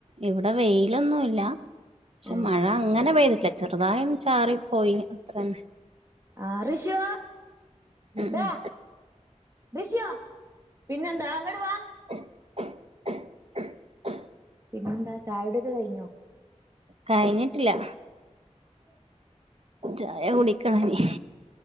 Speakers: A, on the right; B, on the right.
A: ഇവിടെ വെയിലൊന്നുംല്ല പക്ഷെ
B: ഏഹ്
A: മഴ അങ്ങനെ
B: ഇവിടെ
A: പെയ്തിട്ടില്ല ചെറുതായി ചാറിപ്പോയി അത്രന്നെ
B: ആഹ് റിഷു
A: ഉം
B: ഡാ
A: ഉം
B: റിശോ പിന്നെന്താ ഇങ്ങടുവാ
A: <unintelligible>
B: പിന്നെന്താ ചായകുടിയൊക്കെ കഴിഞ്ഞോ
A: കഴിഞ്ഞിട്ടില്ല
B: <unintelligible>
A: ചായ കുടിക്കണം ഇനി